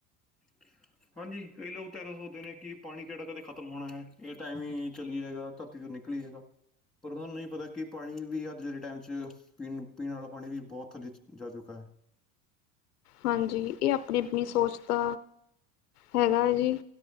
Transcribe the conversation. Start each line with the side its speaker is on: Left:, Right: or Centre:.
Centre: ਠ <inaudible> ਹਾਂਜੀ, ਕਈ ਲੋਕ ਤਾਂ ਦ ਸੋਚਦੇ ਨੇ ਕਿ ਪਾਣੀ, ਕਿਹੜਾ ਕਦੇ ਖਤਮ ਹੋਣਾ ਹੈ। ਇਹ ਟਾਈਮ ਹੀ ਚੱਲਏਗਾ ਧਰਤੀ ਤੋਂ ਨਿਕਲ ਲੀਏਗਾ ਪਰ ਉਹਨਾਂ ਨੂੰ ਨਹੀਂ ਪਤਾ ਕਿ ਪਾਣੀ ਵੀ ਅੱਜ ਦੇ ਟਾਈਮ <inaudible> <inaudible> ਵਿੱਚ ਪੀਣ, ਪੀਣ ਵਾਲਾ ਪਾਣੀ ਵੀ ਬਹੁਤ ਥੱਲੇ ਜਾ ਚੁੱਕਾ ਹੈ।
Left: ਹਾਂਜੀ, ਇਹ ਆਪਣੀ ਆਪਣੀ ਸੋਚ ਦਾ ਹੈਗਾ ਹੈ ਜੀ,